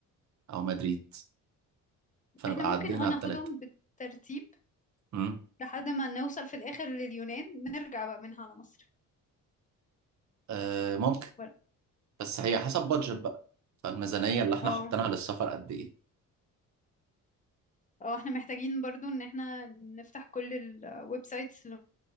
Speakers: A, on the right (about 55°); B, on the left (about 25°).
A: أو مدريد فنبقى
B: احنا
A: عدينا
B: ممكن اه
A: على
B: ناخدهم
A: التلاتة
B: بالترتيب
A: مم.
B: لحد ما نوصل في الآخر لليونان نرجع بقى منها على مصر
A: آه، ممكن
B: ولا-
A: بس هي حسب بادجت بقى فالميزانية اللي إحنا
B: اه
A: حاطينها للسفر قد إيه
B: اه احنا محتاجين برضو ان احنا نفتح كل الويب سايتس اللي